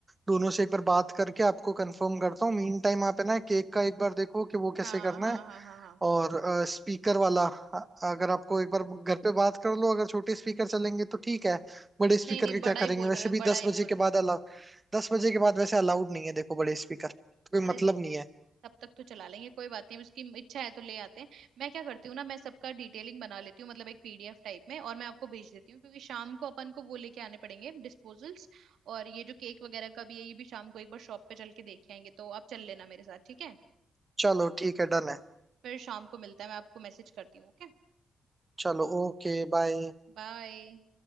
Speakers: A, on the right (about 20°); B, on the right (about 85°).
A: दोनों से एक बार बात करके आपको कंफर्म करता हूँ मीन टाइम आप है ना केक का एक बार देखो कि वो कैसे
B: हाँ
A: करना
B: हाँ
A: है
B: हाँ हाँ हाँ
A: और स्पीकर वाला अ, अगर आपको एक बार घर पे बात कर लो अगर छोटे स्पीकर चलेंगे तो ठीक है बड़े स्पीकर
B: नहीं नहीं
A: का क्या
B: बड़ा
A: करेंगे
B: ही बोल
A: वैसे
B: रहे हैं
A: भी
B: बड़ा
A: दस
B: ही
A: बजे
B: बोल
A: के
B: रहे
A: बाद
B: हैं
A: अलाउ दस बजे के बाद वैसे अलाउड नहीं है देखो बड़े स्पीकर तो कोई
B: अरे
A: मतलब
B: दे
A: नहीं है
B: तब तक तो चला लेंगे कोई बात नहीं अब उसकी इच्छा है तो ले आते हैं मैं क्या करती हूँ ना मैं सबका डिटेलिंग बना लेती हूँ मतलब एक पीडीएफ टाइप में और मैं आपको भेज देती हूँ क्योंकि शाम को अपन को वो लेके आने पड़ेंगे डिस्पोजल्स और ये जो केक वगैरह का भी है ये भी शाम को एक बार शॉप पे चल के देख आएंगे तो आप चल लेना मेरे साथ ठीक है
A: चलो ठीक है डन है
B: फिर शाम को मिलता है मैं आपको मैसेज करती हूँ ओके
A: चलो ओके बाय
B: बाय